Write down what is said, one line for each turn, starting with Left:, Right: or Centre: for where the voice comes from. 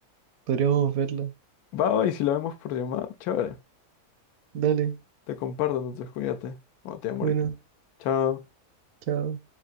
Right: Podríamos verla.
Left: Va, va, y si la vemos por llamada, chévere.
Right: Dale,
Left: Te comparto, entonces cuídate. O te amo
Right: bueno,
Left: ahorita. Chao.
Right: chao.